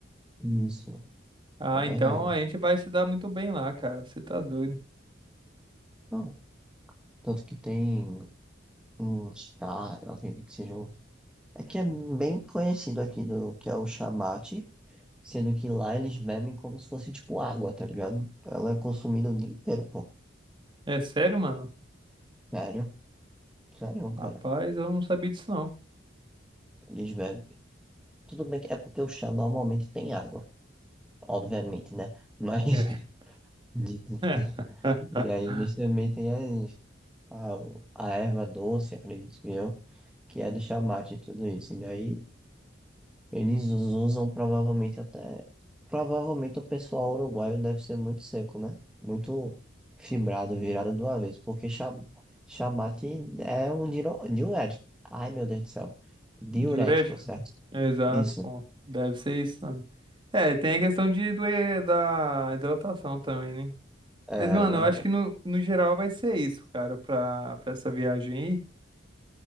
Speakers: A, in the centre; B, on the right.
A: Isso,
B: Ah,
A: é verdade.
B: então a gente vai se dar muito bem lá, cara. Você tá doido.
A: Não, tanto que tem um chá, eu acredito que seja um... É que é bem conhecido aqui, do, que é o chamate, sendo que lá eles bebem como se fosse, tipo, água, tá ligado? Ela é consumida o dia inteiro, pô.
B: É sério, mano?
A: Sério, sério,
B: Rapaz,
A: cara.
B: eu não sabia disso não.
A: Eles bebem. Tudo bem que é porque o chá normalmente tem água, obviamente, né? Mas...
B: É.
A: <laughs> de- de-
B: <laughs>
A: E aí eles também têm as... a, a erva doce, acredito que eu, que é do chamate e tudo isso. E daí eles usam provavelmente até. Provavelmente o pessoal uruguaio deve ser muito seco, né? Muito fibrado, virado do avesso, porque cha- chamate é um diro- diurético. Ai, meu Deus do céu. Diurético,
B: Diurético?
A: certo?
B: Exato,
A: Isso.
B: pô. Deve ser isso também. É, tem a questão de, do- da hidratação também, né?
A: É
B: Mas, mano,
A: verdade.
B: eu acho que no, no geral vai ser isso, cara, pra, pra essa viagem